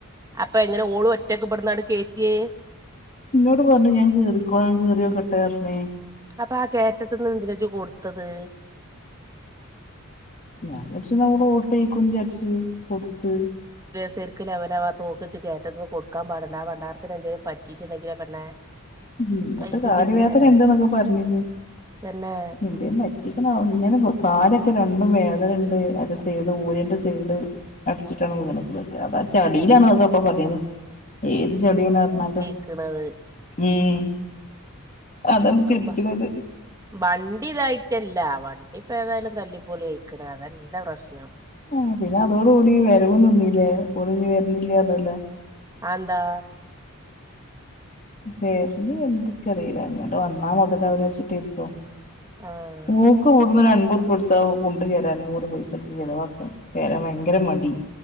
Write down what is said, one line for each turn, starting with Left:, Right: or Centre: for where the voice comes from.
Right: അപ്പൊ എങ്ങനെ ഓളും ഒറ്റക്കെപ്പെെടുന്നട് കേറ്റി
Left: ഇന്നോട് പറഞ്ഞു ഞാൻ കയറിക്കോ ഞൻ കേറിയോ കെട്ടെനേ
Right: അപ്പൊ ആ കറ്റത്തി നിന്ന് എന്തിനെ ഇജ് കൊടുത്തത്
Left: ഞാൻ വിക്ഷം നമ്മൾ
Right: അനക്ക്
Left: ഓട്ടിക്കും വിചാരിച്ച് കൊടുത്ത്
Right: ശെരിക്കക്ക് ലവല ആ തോക്കച്ച് കയറ്റന്ന് കൊടുാൻ പാടണ്ടർത്തിന് ന്തേലും പറ്റീട്ടുണ്ടെങ്കോ പെണ്ണേ
Left: എന്നിട്ട്
Right: അത് ഇജ്ജ്
Left: കാല്
Right: ചിന്തിച്ചണ്ടേ
Left: വേദന ഉണ്ട്ന്നൊക്കെ പറഞ്ഞിനു
Right: തന്നെ
Left: എന്റെയും <unintelligible> ഇങ്ങനെ കാലൊക്കെ രണ്ടും വേദന ഉണ്ട് അത് സൈഡ് ഊരൻ്റെ സൈഡ്. അടിച്ചിട്ടാണ് വീണത് <unintelligible> ചളിയിലാണെന്നൊക്കെ
Right: ഉം.
Left: അപ്പ പറയുന്നു ഏത് ചെളിയ ഞാറഞ്ഞാട്ട്.
Right: <unintelligible> ത്
Left: ഉം അതാണ്
Right: ഇനിക്ക്
Left: ചിരിച്ച്ണത്.
Right: ബ വണ്ടി ഇതായിട്ടല്ല വണ്ടി ഇപ്പ ഏതായാലും തല്ലിപ്പോളി കയിക്കണ അതെല്ല പ്രശ്നം.
Left: ആഹ് പിന്നെ അതോട് കൂടി വരുമ നിന്നീല്ലേ ഓളിന്ന്‌വരുന്നില്ലാ പറഞ്ഞില്ലെ.
Right: ആന്താ
Left: വരല്ല് എന്താക്കറില്ല വന്ന മൊതലാവില്ലാച്ചിട്ടാക്കും.
Right: ആഹ്
Left: ഓക്ബട്ന്ന് അൻബദുർപിയ കൊടുത്താ ഓൻ കുണ്ട് കേറാനും കൂടി പൈസട്‌ത്ത് ചെലവാക്ക. വരാ ഭയങ്കര മടി